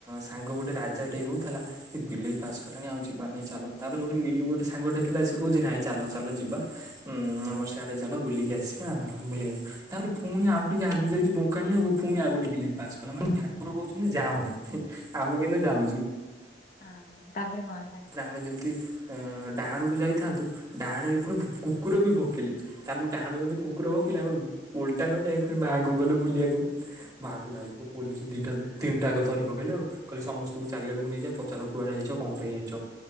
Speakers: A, on the right (about 20°); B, on the left (about 50°).
A: ସାଙ୍ଗ ଗୋଟେ ରା ଟ କଉଥିଲା ବିଲେଇ ପାସ୍ କଲାଣି ଆଉ ଯିବାନି ଚାଲ ତାପରେ ଗୋଟେ ବିଲୁ ଗୋଟେ ସାଙ୍ଗ ଥିଲା ସେ କହୁଚି ନାଇ ଚାଲ ଚାଲ ଯିବା ଉ ଆମର ସିଆଡେ ଚାଲ ବୁଲିକି ଆସିବା <unintelligible> ତାପରେ ପୁଣି ଆଉ ଟିକେ ଆଗକୁ ଯାଇଛି ବଙ୍କାଣି ଆକୁ ପୁଣି ଆଉ ଗୋଟେ ବିଲେଇ ପାସ କଲା, ଠାକୁର କହୁଛନ୍ତି ଯାଅ ନାହିଁ। ଆମେ କିନ୍ତୁ ଯାଉଚୁ।
B: ହଁ ତା ପରେ କଣ ହେଲା?
A: ଆମେ ଯେମିତି ଅ ଡାହାଣକୁ ଯାଇଥାନ୍ତୁ ଡାହାଣରେ ପୁଣି କୁକୁର ବି ଭୋକେଇଲେ ତାମେ ଡାହାଣକୁ <unintelligible> କୁକୁର ଭୁକିଲେ ଆ ଓଲଟା ନ ଯାଇ ପୁଣି ମାଆଙ୍କୁ ଗଲୁ ବୁଲିବାକୁ ମାଆ କକୁ ଧାଇ ପୋଲିସ୍ ଦିଟା ତିନିଟାକ ଧରିପକେଇଲେ ଆଉ। ସମସ୍ତେ ତୁ ଚାରିଆଡକୁ ନେଇଯା ପଚାର କୁଆଡେ ଆଇଚ କଣ ପାଇଁ ଆଇଚ?